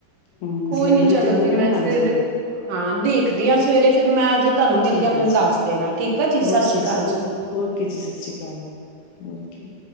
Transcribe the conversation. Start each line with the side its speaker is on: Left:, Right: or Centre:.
Left: ਹੂੰ,
Right: ਕੋਈ
Left: ਸਿਲੰਡਰ
Right: ਨੀ
Left: ਵਿੱਚ
Right: ਚਲੋ ਜੀ
Left: ਹੋਵੇ
Right: ਮੈਂ
Left: ਨਾ, ਹਾਂਜੀ।
Right: ਫਿਰ ਹਾਂ, ਦੇਖਦੀ ਹਾਂ ਸਵੇਰੇ ਫਿਰ ਮੈਂ ਜੇ ਤੁਹਾਨੂੰ ਮਿਲ
Left: ਠੀਕ
Right: ਗਿਆ, ਮੈਨੂੰ
Left: ਆ
Right: ਦੱਸ
Left: ਜੀ
Right: ਦੇਣਾ ਠੀਕ ਆ ਜੀ, ਸਸ
Left: ਓਕੇ
Right: ਰੀ ਕਾਲ
Left: ਓ
Right: ਜੀ।
Left: ਓਕੇ ਜੀ, ਸਸ ਰੀ ਕਾਲ, ਓਕੇ।